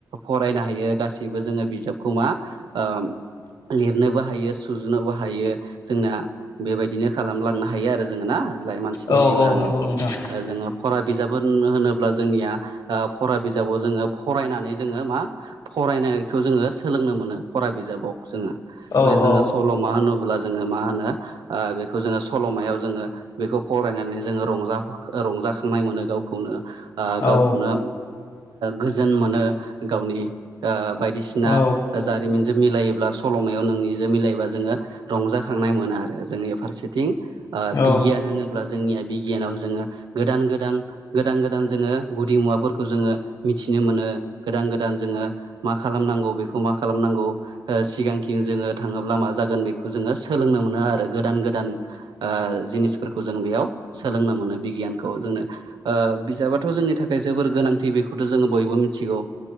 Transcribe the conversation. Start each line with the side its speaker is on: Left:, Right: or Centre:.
Right: फरायनो हायो गासैबो जोङो बिजाबखौ मा ओ लिरनोबो हायो सुजुनोबो हायो जोंना बेबायदिनो खालामलांनो हायो आरो जोङो ना जाय मानसिनि
Left: औ
Right: जिउ
Left: औ
Right: दानाया
Left: नंगौ नोंथां
Right: जोङो फरा बिजाब होनोब्ला जोंनिया फरा बिजाबाव जोङो फरायनानै जोङो मा फरायनायखौ जोङो सोलोंनो मोनो फरा बिजाबाव जोङो
Left: औ
Right: बे जोङो
Left: औ
Right: फल' मा होनोब्ला जोङो मा होनो बेखौ जोङो सल'मायाव जोङो बेखौ फरायनानै जोङो रंजा रंजाखांनाय मोनो गाव खौनो गावखौनो
Left: औ
Right: गोजोन मोनो गावनि बायदिसिना
Left: औ
Right: जारिमिनजों मिलायोब्ला सल'मायाव नोंनिजों मिलायोबा जोङो रंजाखांनाय मोना आरो जोंनि फारसेथिं
Left: औ
Right: बिगियान होनोब्ला जोंनिया बिगियानाव जोङो गोदान गोदान गोदान गोदान जोङो गुदि मुवाफोरखौ जोङो मिथिनो मोनो गोदान गोदान जोङो मा खालामनांगौ बेखौ मा खालामनांगौ। सिगांखि जोङो थाङोब्ला मा जागोन बेखौ जोङो सोलोंनो मोनो आरो गोदान गोदान। जिनिसफोरखौ जों बेयाव सोलोंनो मोनो बिगियानखौ जोंनो। बिजाबाथ' जोंनि थाखाय जोबोर गोनांथि बेखौथ' जोङो बयबो मिथिगौ।